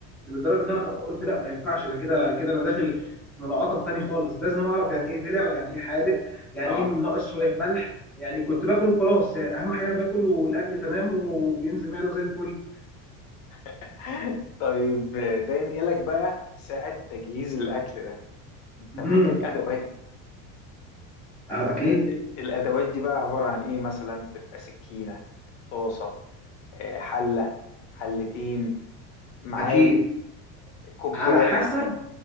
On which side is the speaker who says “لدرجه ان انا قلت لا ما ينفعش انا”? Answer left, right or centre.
Centre